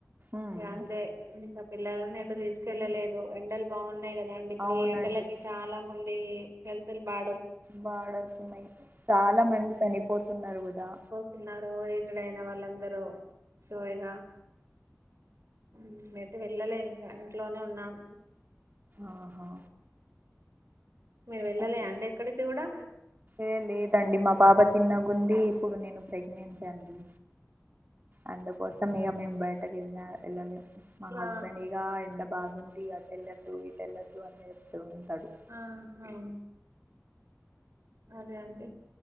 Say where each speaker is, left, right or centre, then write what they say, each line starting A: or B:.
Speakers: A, on the right; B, on the right.
A: ఉమ్
B: యాన్లే ఇంత పిల్లలన్ ఏడ తీసుకెళ్ళలేదు ఎండల్ బావున్నాయ్ కదాండ్ ఇప్పుడు
A: అవునండి
B: ఈ ఎండలకి చాలా మంది హెల్తులు బాడ
A: బాడవుతున్నాయి చాలా మంది తనిపోతున్నారు గూడా
B: తిన్నారు ఏజ్ డయిన వాళ్ళందరూ సో ఇగా ఉమ్మ్ ఎటు వెళ్ళలే ఇంకా ఇంట్లోనే ఉన్నాం
A: ఆహా
B: మీరు వెళ్ళలే
A: అతె
B: అండి ఎక్కడికి కూడా
A: ఏ లేదండి మా పాపచ్ చిన్నగుంది ఇప్పుడు నేను ప్రెగ్నెన్సీ అండి అండుకోతం ఇగ మేమ్ బయటకెల్నా ఎళ్ళలె మా హస్బెండి
B: ఆ
A: యా ఎండ బాగుంది అటెళ్ళద్దు ఇటెళ్ళొద్దు అన్ చెప్తూ ఉంటాడు
B: ఆ హం అదే అండి